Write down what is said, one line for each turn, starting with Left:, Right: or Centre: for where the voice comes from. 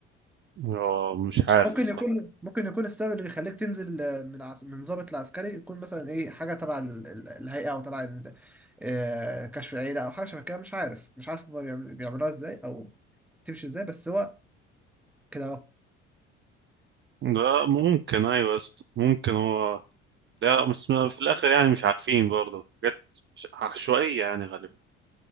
Right: آه، مش عارف
Centre: ممكن
Right: والله
Centre: يكون ممكن يكون السبب اللي بيخليك تنزل آه، من عس... من ضابط العسكري يكون مثلا ايه حاجه تبع ال- ال- الهيئه او تبع ال- آه، كشف العيله او حاجه شبه كده مش عارف مش عارف هما بيعم- بيعملوها ازاي او تمشي ازاي بس هو كده اهو
Right: ده ممكن ايوه يا اسطى. ممكن هو لا بس في الاخر يعني مش عارفين برضه حاجات عشوائية يعني غالبا